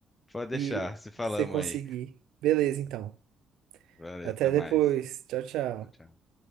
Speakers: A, on the left (about 25°); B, on the right (about 80°).
A: Pode deixar.
B: E
A: Se falamos
B: você conseguir.
A: aí.
B: Beleza, então.
A: Valeu,
B: Até
A: até
B: depois.
A: mais.
B: Tchau, tchau.
A: Tchau, tchau.